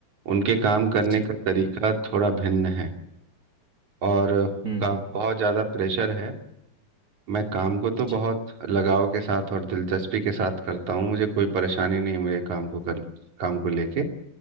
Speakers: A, on the right; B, on the right.
A: उनके काम करने
B: जी।
A: का तरीका थोड़ा भिन्न है और
B: हुँ,
A: का
B: हुँ,
A: बहुत
B: हुँ।
A: ज़्यादा प्रेशर है मैं काम को तो बहुत
B: जी।
A: लगाव के साथ और दिलचस्पी के साथ करता हूँ मुझे कोई परेशानी नहीं है मेरे काम को कर काम को लेके